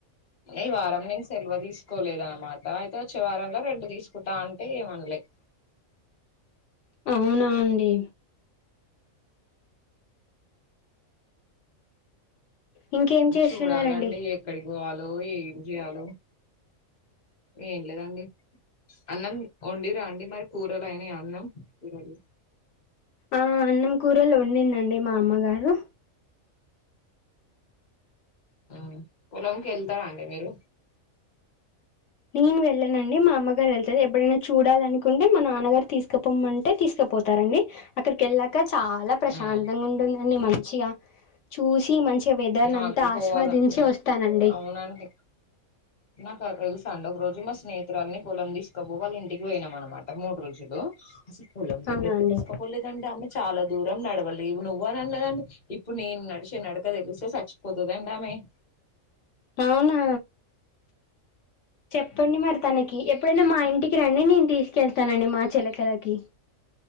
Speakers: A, on the left; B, on the left.
A: ఈ వారం నేను సెలవ తీసుకోలేదనమాట అయితే వచ్చే వారంలో రెండు తీసుకుంటా అంటే ఏమనలే <unintelligible>
B: అవునా అండీ ఇంకేం చేస్తున్నారండి
A: చూడాలండి ఎక్కడికి పోవాలో ఏం జేయాలో ఏం లేదండి అన్నం వొండీర్రా ఆండి మరి కూరలు అయినియా అన్నం కూరలు
B: ఆ అన్నం కూరలు వొండిందండి మా అమ్మగారు
A: మ్ పొలంకి వెళ్తారా అండి మీరు
B: నేను వెళ్ళనండి మా అమ్మగారు వెళ్తది ఎప్పుడైనా చూడాలనుకుంటే మా నాన్నగారు తీసుకపోమ్మంటే తీసుక పోతారండి అక్కడికి వెళ్ళాక చాలా ప్రశాంతంగా
A: ఉమ్
B: ఉంటుందండి మంచిగా చూసి మంచి వెదర్నంతా
A: నాకు పోవాల
B: ఆస్వాదించి వస్తానండి
A: అవునండి నాకు ఆ తెలుసాండి ఒక రోజు మా స్నేహితురాల్ని పోలం తీసుకోబో వాళ్ళ ఇంటికి పోయినాం అనమాట మూడు రోజులు అసల్ పోలం దగ్గకి
B: అవునా అండి
A: తీసుకపోలేదండీ ఆమె చాలా దూరం నడవలేవు నువ్వు అని అన్నదండి ఇప్పుడు నేను నడిచే నడక తెలిస్తే చచ్చిపోతదండి ఆమె ఏ
B: అవునా చెప్పండి మరి తనకి ఎప్పుడైనా మా ఇంటికి రండి నేను తీసుకెళ్తానని మా చిలకలకి